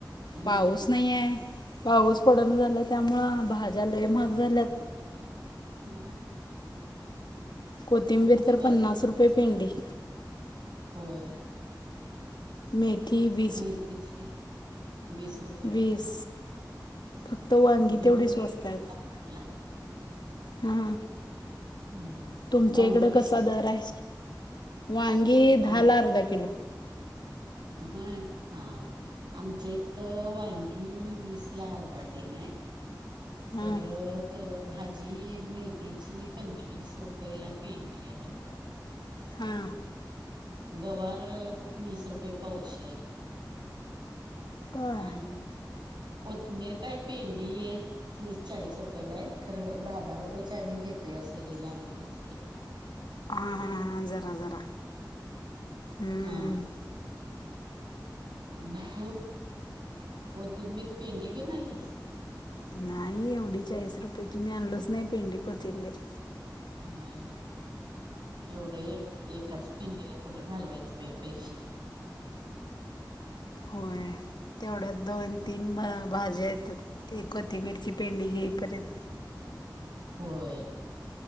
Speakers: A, on the right (about 75°); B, on the left (about 70°).
A: हा
B: पाऊस नही आहे पाऊस पडण झालाय, त्यामुळ भाज्या लय महाग झाल्यात.
A: हो <unintelligible>
B: कोथिंबीर, तर
A: भाजी
B: पन्नास रुपये पेंडी.
A: होय!
B: मेथी, वी
A: मेथीची वीस रुप
B: वीस, फक्त वांगी
A: मी
B: तेवढी
A: पण
B: स्वस्त
A: घेतलो
B: आहे.
A: बाजारला
B: हा!
A: हम्म
B: तुमच्या
A: वांगी
B: इकड
A: कशी
B: कसा
A: आहेत
B: दर आहे, वांगी दहाला
A: आम
B: अर्धा किलो.
A: होय हा. आमच्या इथं वांगी वीसला अर्धाात तेंन आहे.
B: हां
A: परत अ! भाजी मेथीची, पंचवीस रुपयेला पेंडी आहे.
B: हा!
A: गवार वीस रुपये पावशेर.
B: होय
A: आणि कोथमीर काय पेंडी ये. तीस, चाळीस रुपयेलाय खरं दहा, दहा रुपयेची आम्ही घेतोय, असं हे लावलेलं असतय. <inaudible>
B: हा हा हा जरा, जरा हूं!
A: हा आणि तू कोथिंबीर, पेंडी घेऊन आलीस?
B: नाही एवढी चाळीस रुपयेची, मी आणलोच नाही पेंडी कोथिंबीर.
A: व्हय एवढं एक, एकच. पेंडीला कुठं घालवायचं बाई पैशे.
B: होय! तेवढ्यात दोन, तीन भा भाज्या येतात, एक कोथीबीरची पेंडी घेईपर्यंत.
A: होय!